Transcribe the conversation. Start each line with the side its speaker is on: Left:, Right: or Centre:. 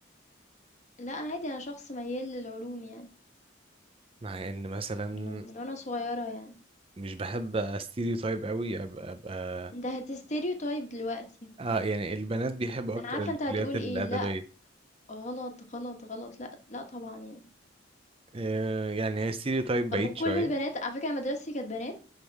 Left: لا انا عادي انا شخص ميال للعلوم يعني
Right: مع ان مثلا
Left: من من وانا صغيرة يعني
Right: مش بحب استيريو تايب قوي ابقى ابقى
Left: انت هتستيريوتايب دلوقتي
Right: اه يعني البنات بيحبوا اكتر
Left: انا عارفة
Right: الكليات
Left: انت هتقول
Right: الادبيه
Left: ايه لا غلط غلط غلط لا لا طبعا يعني
Right: آه يعني هي ستيريو تايب
Left: طب
Right: بعيد
Left: وكل
Right: شويه
Left: البنات على فكرة أنا مدرستي كانت بنات